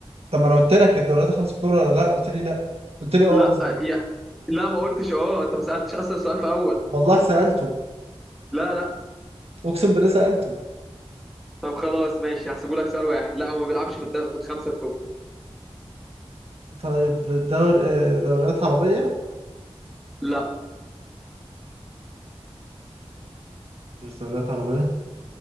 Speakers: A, on the right; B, in the centre.
A: طب ما انا قلت لك الدوريات الخمس الكبرى ولا لا قلت لي لا قلت لي اه
B: لا
A: قصدي
B: يعني لا ما قلتش اه انت ما سألتش اصلا السؤال في اول
A: والله سالته
B: لا لا
A: اقسم بالله سالته
B: طب خلاص ماشي هحسبه لك سؤال واحد لا هو ما بيلعبش في الد- في الخمسة الكبرى
A: طيب دور آه، دوريات عربيه
B: لا
A: مش دوريات عربيه